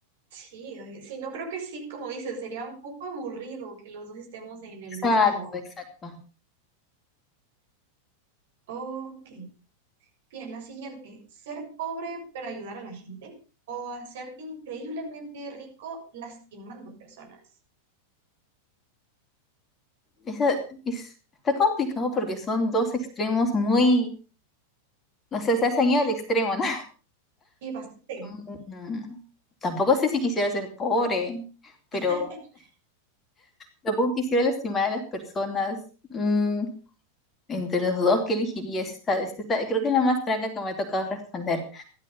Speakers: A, on the right (about 55°); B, on the left (about 20°).
A: Sí, ay, sí, no creo que sí, como dices, sería un poco aburrido que los dos estemos en el
B: Exacto,
A: mismo.
B: exacto.
A: Ok, bien, la siguiente, ser pobre pero ayudar a la gente o hacerte increíblemente rico lastimando personas.
B: Esa- es- está complicado porque son dos extremos muy, no sé, se han ido al extremo, ¿no?
A: Y bastante.
B: Mm, Tampoco sé si quisiera ser pobre, pero
A: <laughs>
B: tampoco quisiera lastimar a las personas. Mm, entre los dos, ¿qué elegiría? Esta, esta- esta- creo que es la más tranca que me ha tocado responder.